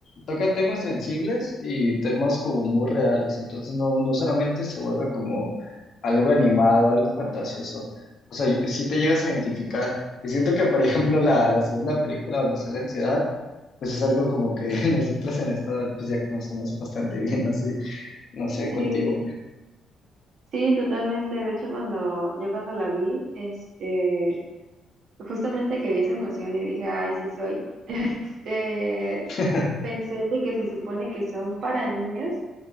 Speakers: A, on the left; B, on the right.
A: toca temas sensibles y temas como muy reales. Entonces no, no solamente se vuelve como algo animado, algo fantasioso. O sea, si te llegas a identificar. Y siento que, por ejemplo, la, la segunda película donde sale la ansiedad, pues es algo como que <laughs> nosotros en esto pues ya conocemos bastante bien, no sé, no sé
B: sí,
A: contigo. pero-
B: sí, totalmente. De hecho, cuando yo cuando la vi, este, justamente que vi esa emoción y dije, ay, sí soy, este,
A: <laughs>
B: pensé en de que se supone que son para niños,